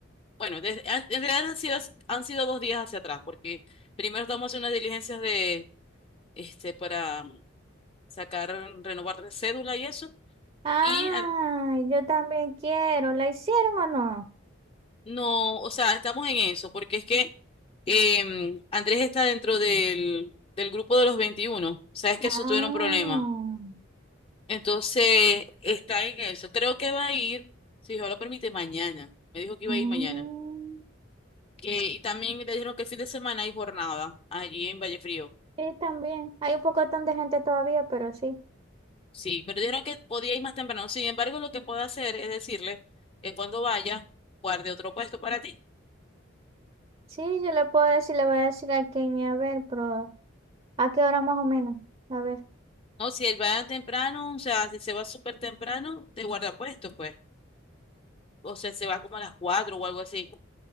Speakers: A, on the left; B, on the right.
A: Bueno, desde- an- en realidad han sido, han sido dos días hacia atrás, porque primero estamos haciendo unas diligencias de, este, para sacar, renovar cédula y eso.
B: Ah,
A: Y ah,
B: yo también quiero. ¿La hicieron o no?
A: no, o sea, estamos en eso, porque es que em, Andrés está dentro del, del grupo de los 21. Sabes que
B: Ah,
A: eso tuvieron problemas. Entonces, está en eso. Creo que va a ir, si Dios lo permite, mañana. Me dijo que
B: mm,
A: iba a ir mañana. Que, y también le dijeron que el fin de semana hay jornada allí en Vallefrío.
B: sí, también. Hay un pocotón de gente todavía, pero sí.
A: Sí, pero dijeron que podía ir más temprano. Sin embargo, lo que puedo hacer es decirle que cuando vaya, guarde otro puesto para ti.
B: Sí, yo le puedo decir, le voy a decir a Kenny, a ver, pero ¿a qué hora más o menos? A ver.
A: No, si él va temprano, o sea, si se va súper temprano, te guarda puesto, pues. O sea, se va como a las cuatro o algo así,